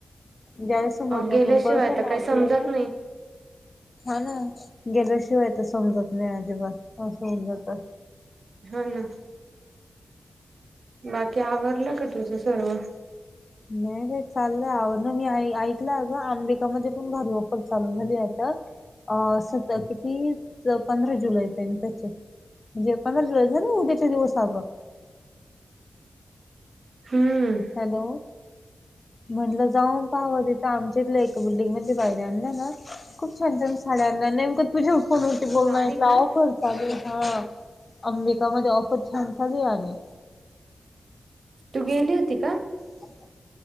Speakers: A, on the left; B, on the right.
A: ज्या वेळेस समोरच्या
B: गेल्याशिवाय
A: कडुन कळत
B: तर
A: ना
B: काही
A: आपल्याला
B: समजत नाही
A: हा ना गेल्या शिवायेत समजत लय अजिबात असं होऊन जातं
B: हा ना. बाकी आवरलं का तुझं सर्व
A: नाही का चाललंय आवरल ना मी ऐकलं अगं आंबिकामध्ये पण भारी आफर चालू झाली आता अ स किती पंधरा जुलै पर्यंत चा ये. म्हणे पंधरा जुलै आहे ना उद्याच्या दिवस अग
B: हम्म
A: हॅलो म्हटलं जाऊन पाहु तिथं आमच्या तिथलं बिल्डिंग मधल्या बाईने आणल्या ना खूप छान छान साड्या आणल्या नेमक तुझ्या फोनवरती बोल
B: साडी
A: ना ऐकल
B: का
A: ऑफर चालु आहे हं अंबिकामध्ये ऑफर छान चालु आहे आणि
B: तु गेली होती का
A: हो